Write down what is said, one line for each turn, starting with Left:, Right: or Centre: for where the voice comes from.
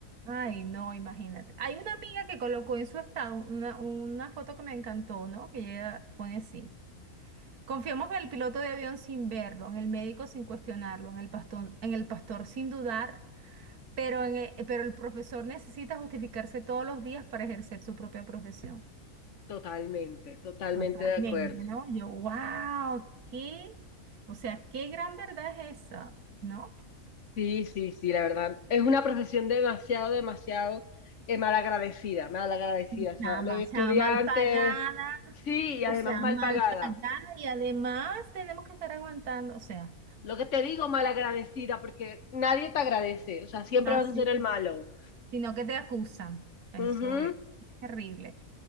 Right: Ay, no, imagínate. Hay una amiga que colocó en su estado una, una foto que me encantó, ¿no? Que ella pone así. Confiamos en el piloto de avión sin verlo, en el médico sin cuestionarlo, en el pastor, en el pastor sin dudar, pero, en e- pero el profesor necesita justificarse todos los días para ejercer su propia profesión.
Left: Totalmente, totalmente
Right: Totalmente,
Left: de acuerdo.
Right: ¿no? Yo, wow, qué, o sea, qué gran verdad es esa, ¿no?
Left: Sí, sí, sí, la verdad. Es una profesión demasiado, demasiado eh, malagradecida, malagradecida.
Right: Sí,
Left: O sea,
Right: chama,
Left: los estudiantes,
Right: chama mal pagada,
Left: sí, y
Right: O
Left: además
Right: sea,
Left: mal
Right: mal
Left: pagada.
Right: pagada y además tenemos que estar aguantando, o sea,
Left: Lo que te digo, malagradecida, porque nadie te agradece, o sea, siempre
Right: Así
Left: vas a ser el
Right: es.
Left: malo.
Right: sino que te acusan. Eso
Left: Ujú.
Right: es terrible.